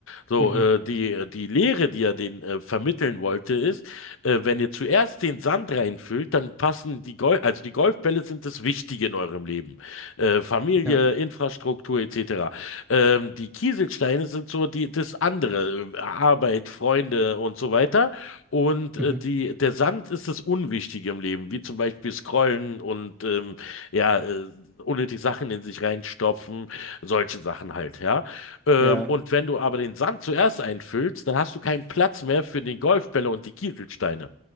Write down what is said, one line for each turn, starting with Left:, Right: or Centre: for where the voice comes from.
Left: So,
Centre: Mhm.
Left: äh, die, die Lehre, die er den äh, vermitteln wollte, ist, äh, wenn ihr zuerst den Sand reinfüllt, dann passen die Golf, also die Golfbälle sind das Wichtige in eurem Leben. Äh, Familie,
Centre: Ja.
Left: Infrastruktur etc. Ähm, die Kieselsteine sind so die, das andere, äh, Arbeit, Freunde und so weiter. Und äh,
Centre: Mhm.
Left: die, der Sand ist das Unwichtige im Leben, wie zum Beispiel Scrollen und ähm, ja, äh, unnötig Sachen in sich reinstopfen, solche Sachen halt, ja. Ähm,
Centre: Ja.
Left: und wenn du aber den Sand zuerst einfüllst, dann hast du keinen Platz mehr für den Golfbälle und die Kieselsteine.